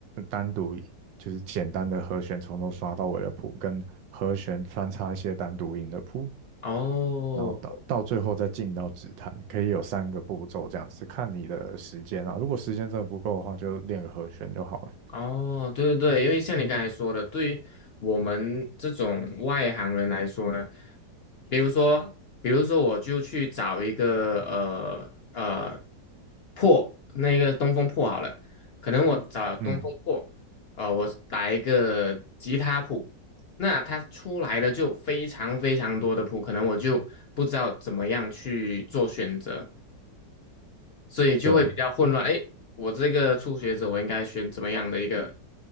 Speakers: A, on the right; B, on the left.
A: 单独就是简单的和弦从头刷到尾的谱，跟和弦穿插一些单独音的谱。
B: 哦，
A: 然后到到最后再进到指弹，可以有三个步骤这样子，看你的时间啊。如果时间真的不够的话，就练个和弦就好了。
B: 哦，对对对，因为像你刚才说的，对于我们这种外行人来说呢，比如说，比如说，我就去找一个呃呃破那个东风破好了，可能我找了东风破，
A: 嗯，
B: 呃，我打一个吉他谱，那它出来的就非常非常多的谱，可能我就不知道怎么样去做选择。所以就会比较混乱。
A: 对。
B: 诶，我这个初学者，我应该选怎么样的一个？